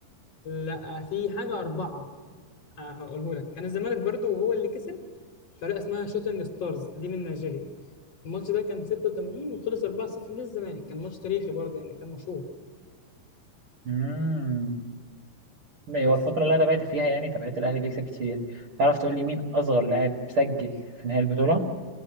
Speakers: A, on the left; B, on the right.
A: لا في حاجه اربعه آه، هقوله لك كان الزمالك برضو وهو اللي كسب فرقه اسمها شوتنج ستارز دي من نيجيريا الماتش ده كان 86 وخلص 4-0 للزمالك كان ماتش تاريخي برضه يعني كان مشهور
B: امم هو
A: بس
B: الفترة اللي أنا تابعت فيها يعني تابعت الأهلي بيكسب كتير يعني تعرف تقول لي مين أصغر لاعب سجل في نهاية البطولة؟